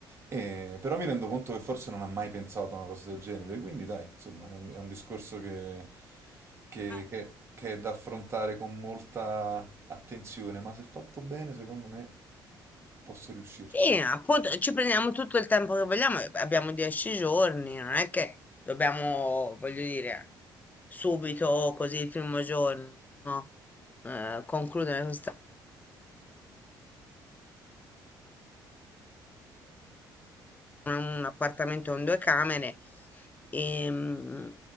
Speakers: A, on the right (about 30°); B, on the left (about 20°).
A: E- però mi rendo conto che forse non ha mai pensato a una cosa del genere, quindi dai, insomma, è un, è un discorso che, che-
B: Eh,
A: che- che è da affrontare con molta attenzione, ma se fatto bene, secondo me posso riuscirci.
B: Sì, appunto, ci prendiamo tutto il tempo che vogliamo, eh, abbiamo dieci giorni, non è che dobbiamo, voglio dire, subito, così il primo giorno, eh, concludere questa. una- un appartamento con due camere e, mm,